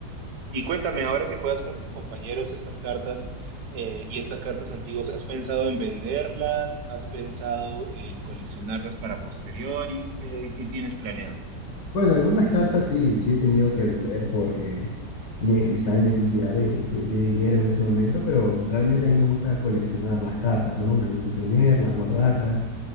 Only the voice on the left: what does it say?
Bueno, algunas cartas sí, sí he tenido que vender porque ne- estaba en necesidad de, de- de dinero en ese momento, pero realmente a mí me gusta coleccionar las cartas, ¿no? Me gusta tenerlas, guardarlas.